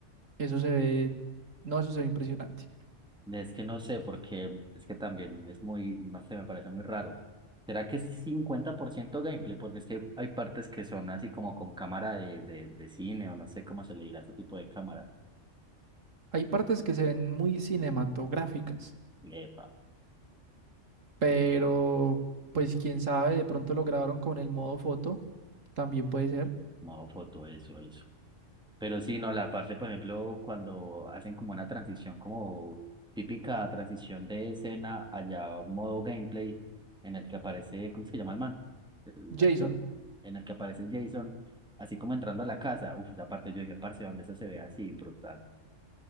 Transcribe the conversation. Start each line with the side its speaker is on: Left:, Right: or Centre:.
Right: Eso se ve, no, eso se ve impresionante.
Centre: Es que no sé, porque es que también es muy, no sé, me parece muy raro. ¿Será que es 50% gameplay? Porque es que hay partes que son así como con cámara de, de, de cine o no sé cómo se le dirá ese tipo de cámara.
Right: Hay partes que se ven muy cinematográficas,
Centre: Epa,
Right: pero pues quién sabe, de pronto lo grabaron con el modo foto, también puede ser.
Centre: modo foto, eso, eso. Pero sí, no, la parte, por ejemplo, cuando hacen como una transición, como típica transición de escena allá, modo gameplay, en el que aparece, ¿cómo es que llama el man? El
Right: Jason,
Centre: actor, en el que aparece Jason, así como entrando a la casa. Uf, esa parte yo dije, parce, donde eso se ve así, brutal.